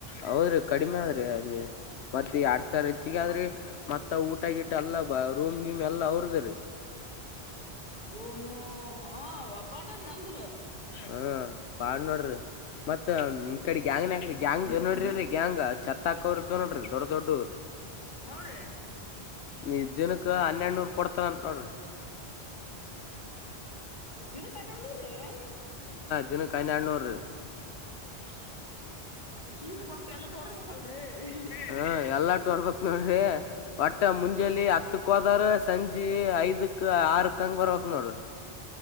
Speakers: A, on the left; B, on the left.
A: ಹೌದ್ರಿ ಕಡಿಮೆ ಆದ ರಿ ಮತ್ತ ಎರಡ್ ಸಾವಿರ ಹೆಚ್ಚಗ ಆದ್ರಿ ಮತ್ತ ಊಟ ಗಿಟ ಎಲ್ಲಾ ಬರೂಮ್ ಗಿಮ್ ಎಲ್ಲಾ ಅವರದೆ ರಿ.
B: <inaudible>
A: <inaudible>
B: ರೂಮು ಹ ಅಪಾರ್ಟ್ಮೆಂಟ್ ಅಂದ್ರ
A: ಹ್ಮ, ಪಾಡ್ ನೋಡ್ರಿ ಮತ್ತ, ಇ ಕಡೆ ಗ್ಯಾಂಗ್ ನ ಗ್ಯಾಂಗ್ ನೋಡ್ರಿಅಲ್ರಿ ಗ್ಯಾಂಗ್ ಚತ್ತಾಕ್ಕೊರ ಇರ್ತವ್ ನೋಡ್ರಿ., ದೊಡ್ಡ- ದೊಡ್ಡವು.
B: ಹ್ಞೂ ರೀ
A: ಇದ್ ದಿನಕ್ಕ ಹನ್ನೆರಡುನೂರ್ ಕೊಡ್ತಾರ ಅಂತ ನೋಡ್ರಿ,
B: ದಿನಕ ಹನ್ನೇರಡ್ನೂರಿ!,
A: ದಿನಕ್ಕೆ ಹನ್ನೆಡ್ನೂರು
B: <unintelligible>
A: ಹ <unintelligible> ನೋಡ್ರಿ ಒಟ್ಟ ಮುಂಜೆಯಲ್ಲಿ ಹ ಹತ್ತಕಹೋದರುಸಂಜೆ ಐದಕ್, ಆರಕ್ ಹಂಗ ಬರ್ಬೇಕ್ ನೋಡ್ರಿ,